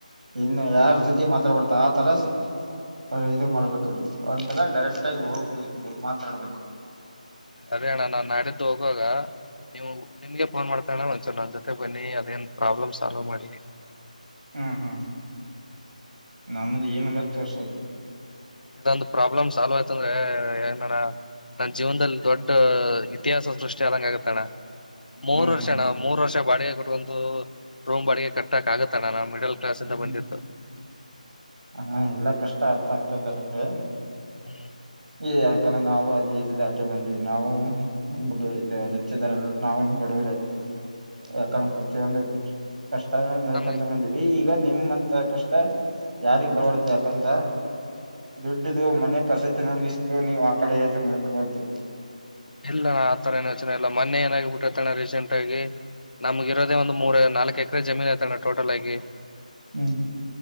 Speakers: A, on the right (about 70°); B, on the left (about 85°).
A: ಇನ್ನು ಯಾರ ಜೊತೆ ಮಾತಾಬಡ್ತ ಆತರ ಅರಿ ಇದು ಮಾಡ್ಬೇಕ್ರಿ ಒಂದ್ಸಲ ಡೈರೆಕ್ಟ್ ಆಗ ಹೋಗಿ ಮಾತಾಡ್ಬೇಕು
B: ಸರಿ ಅಣ್ಣ ನಾ ನಾಡಿದ್ದು ಹೋಗುವಾಗ ನೀವು ನಿಮ್ಗೆ ಫೋನ್ ಮಾಡ್ತಾಲ್ಲ ಒಂಚೂರು ನನ್ನ ಜೊತೆ ಬನ್ನಿ ಅದೇನ್ ಪ್ರಾಬ್ಲಮ್ ಸಾಲ್ವ್ ಮಾಡಿ
A: ಹ್ಮ್ ಹ್ಮ್ ನಮ್ದ ಏನ ಮತ್ತ ತೋರ್ಸಕು
B: ಇದೊಂದ ಪ್ರಾಬ್ಲಮ್ ಸಾಲ್ವ್ ಆಯ್ತ ಅಂದ್ರೆ ಏನಣ ನನ್ ಜೀವನದಲ್ಲಿ ದೊಡ್ಡ ಇತಿಹಾಸ ಸೃಷ್ಟಿ ಅದಾಗುತ್ತೆ ಅಣ್ಣ ಮೂರ್
A: ಹ್ಮ್
B: ವರ್ಷ
A: ಹ್ಮ್
B: ನ ಮೂರ್ ವರ್ಷ ಬಾಡಿಗೆ ಕೊಟ್ಂತು ರೂಮ್ ಬಾಡಿಗೆ ಕಟ್ಟಕ್ ಆಗತ್ತಣ್ಣ ನಮ ಮಿಡಲ್ ಕ್ಲಾಸ್ಂದ
A: ಹ್ಮ್
B: ಬಂದಿದ್ದು
A: ಹಾ ಎಲ್ಲಾ ಕಷ್ಟ ಅರ್ಥ ಆಗ್ತದೆ ನಮ್ಗೆ
B: ಹ್ಮ್
A: ಹೇ ಯಾಕಂದ್ರೆ ನಾವು ಅದುಜಾಕೆ ಬಂದ್ಿವವಿ ನಾವುಚ್ಚಿದಲ್ಲ ನಾವು ಬಡವರೆ
B: ಹ
A: ಯಾಕಂದ್ರ ಪ್ರತಿಯೊಂದು ಕಷ್ಟ ನಡ್ಕೊಂತ
B: ನಮ್ಗೆ
A: ಬಂದಿವವಿ ಈಗ ನಿಮಂತ ಕಷ್ಟ ಯಾರಿಿಗೆ ಬರಬಾರದು ಯಾಕಂದ್ರ ದುಡ್ಡದು ಮನೆ ಪರಸ್ಥಿತಿ ನೋಡು ನೀವು ಆ ಕಡೆ ಯೋಚನೆ ಮಾಡಕ ಬರ್ದು
B: ಇಲ್ಲ ನಾ ಆತರ ಏನು ಯೋಚನೆ ಇಲ್ಲ ಮನೆ ಏನಾಗಬ ಬಿಟ್ಟಿರ್ತೇಣ ರೀಸೆಂಟ್ ಆಗಿ ನಮ್ಗ ಇರೋದ ಒಂದು ಮೂರ ನಾಲ್ಕಕ್ ಎಕರೆ ಜಮೀನ್ ಐತಣ್ಣ ಟೋಟಲ್ ಆಗಿ
A: ಹೂ